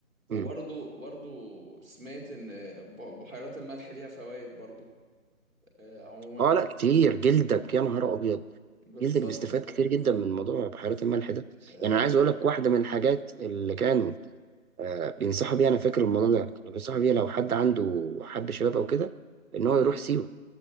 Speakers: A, in the centre; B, on the right (about 80°).
A: وبرضو
B: امم
A: برضو سمعت ان ب- بحيرات الملح ليها فوائد برضو آه، عموما
B: اه لا كتير جلدك يا نهار ابيض
A: بالظبط
B: جلدك بيستفاد
A: فاهمني
B: كتير جدا من موضوع بحيرات الملح ده
A: اه
B: يعني انا عايز اقول لك واحده من الحاجات اللي كانوا آه بينصحوا بيها انا فاكر الموضوع ده كانوا بينصحوا بيها لو حد عنده حب شباب او كده ان هو
A: مم.
B: يروح سيوه